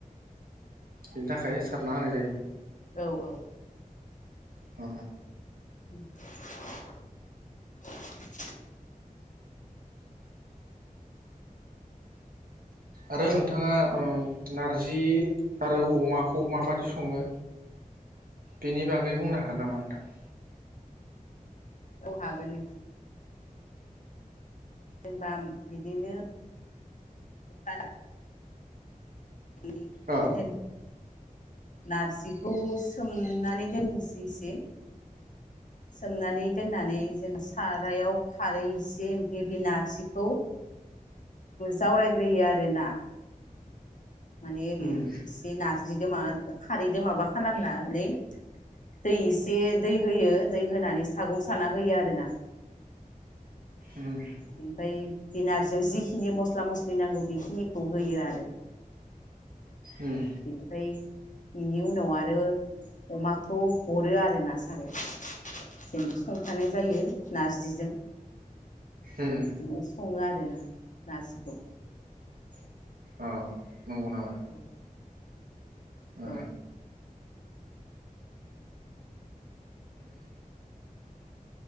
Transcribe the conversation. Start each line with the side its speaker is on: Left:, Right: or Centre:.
Right: बिनि थाखाय
Left: औ
Right: सारना होनाय जायो।
Left: औ औ
Right: अ
Left: <inaudible>
Right: आरो नोंथाङा नारजि आरो अमाखौ माबायदि सङो बेनि बागै बुंनो हागोन नामा नोंथां?
Left: औ हागोन नों जेनबा बिदिनो खानो <unintelligible>
Right: औ
Left: नारजिखौ सोमनानै दोननोसै एसे सोमनानै दोननानै जेन सारायाव खारै एसे ओमफ्राय बे नारजिखौ जावरायग्रोयो आरो ना? माने ओरै
Right: उम
Left: इसे नारजिजों माबा खारैजों माबा खालामनानै दै एसे दै होयो दै होनानै सागं साना होयो आरोना
Right: उम
Left: बेनिफ्राय बे नारजियाव जिखिनि मस्ला मस्लि नांगौ बेखिनिखौ होयो आरो
Right: उम
Left: बेनिफ्राय बेनि उनाव आरो अमाखौ हरो आरो ना सारो जेनेबा संथानाय जायो नारजिजों
Right: उम
Left: बिदिनो सङो आर ना नारजिखौ <inaudible>
Right: औ नंगौ नामा
Left: औ
Right: ओ
Left: औ